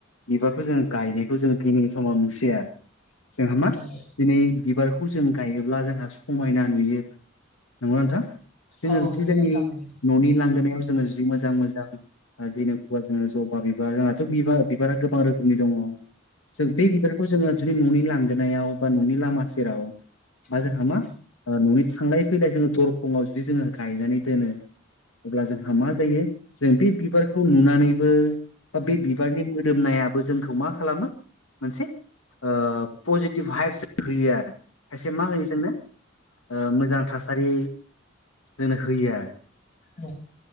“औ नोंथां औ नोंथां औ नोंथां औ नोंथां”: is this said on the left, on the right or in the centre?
Left